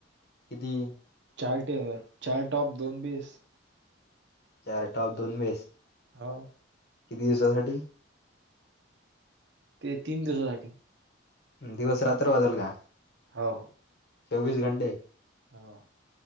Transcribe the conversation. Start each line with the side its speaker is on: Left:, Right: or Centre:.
Left: किती
Right: चार्ट, चार टॉप, दोन बीस
Left: चार टॉप, दोन बेस.
Right: होव.
Left: किती दिवससाठी?
Right: ते तीन दिवसासाठी.
Left: दिवस रात्र वाजल का,
Right: हो
Left: चोवीस घंटे.
Right: हो